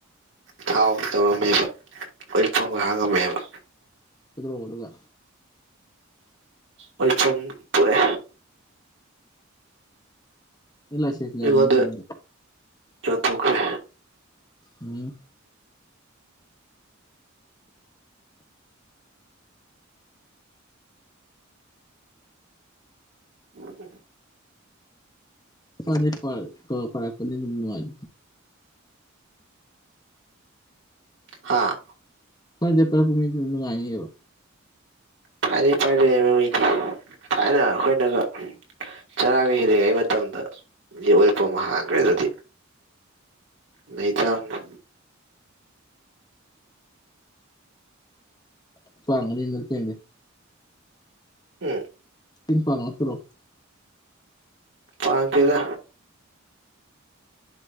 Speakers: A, on the right; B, on the left.
A: ꯊꯥꯎ ꯇꯧꯔꯝꯃꯦꯕ ꯑꯣꯏꯜ ꯄꯝꯒ ꯍꯥꯡꯉꯝꯃꯦꯕ
B: ꯀꯩꯗꯧꯔꯕ ꯑꯗꯨꯒ
A: ꯑꯣꯏꯜ ꯐꯝ ꯇꯣꯛꯑꯦ
B: ꯑꯩ ꯂꯥꯏꯁꯦꯟꯁ ꯂꯩꯔꯝꯒꯅꯤ
A: ꯑꯩꯉꯣꯟꯗ
B: ꯑꯗꯨꯗꯤ
A: ꯌꯣꯟꯊꯣꯛꯈ꯭ꯔꯦ
B: ꯍꯨꯝ
A: ꯎꯝ
B: ꯐꯗꯤ ꯐꯩ ꯀꯨꯜ ꯀꯥꯔꯛꯄꯗꯒꯤ ꯃꯨꯛ ꯅꯨꯡꯉꯥꯏ
A: ꯍꯥꯥ
B: ꯑ <unintelligible> ꯃꯤꯅꯨꯡꯉꯥꯏꯣ
A: ꯊꯥꯏꯅ ꯄꯥꯏꯔꯦꯕ ꯃꯤꯗꯤ ꯊꯥꯏꯅ ꯑꯩꯈꯣꯏꯅꯒ ꯆꯔꯥꯒ ꯍꯦꯜꯂꯤꯉꯩ ꯃꯇꯝꯗ ꯃꯤ ꯑꯣꯏꯜ ꯄꯝ ꯍꯥꯡꯈ꯭ꯔꯦ ꯑꯗꯨꯗꯤ ꯂꯩꯇꯥꯕꯅꯤ
B: <unintelligible>
A: ꯍꯝ
B: <unintelligible>
A: ꯄꯥꯝꯗꯦꯗꯥ